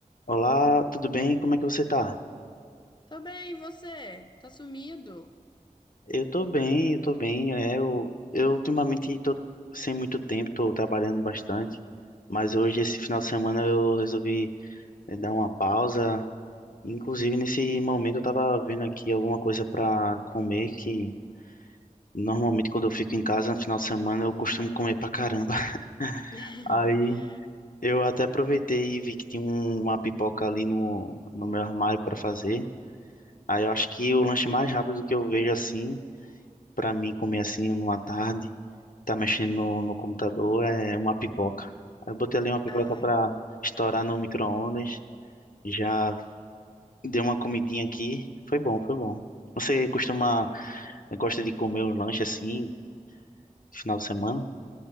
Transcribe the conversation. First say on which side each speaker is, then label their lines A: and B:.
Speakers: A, on the left; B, on the left.
A: Olá, tudo bem? Como é que você tá?
B: Tô bem, e você? Tá sumido?
A: Eu tô bem, eu tô bem. É, eu, eu ultimamente tô sem muito tempo, tô trabalhando bastante, mas hoje, esse final de semana, eu resolvi eh, dar uma pausa. Inclusive, nesse momento, eu tava vendo aqui alguma coisa pra comer, que normalmente quando eu fico em casa no final de semana, eu costumo comer pra caramba. <laughs>
B: <laughs>
A: Aí eu até aproveitei e vi que tinha um- uma pipoca ali no, no meu armário pra fazer. Aí eu acho que o lanche mais rápido que eu vejo assim. Pra mim, comer assim numa tarde, tá mexendo no, no computador, é uma pipoca. Aí eu botei ali uma pipoca
B: Ai,
A: pra estourar no micro-ondas, já dei uma comidinha aqui, foi bom, foi bom. Você costuma, gosta de comer um lanche assim, final de semana?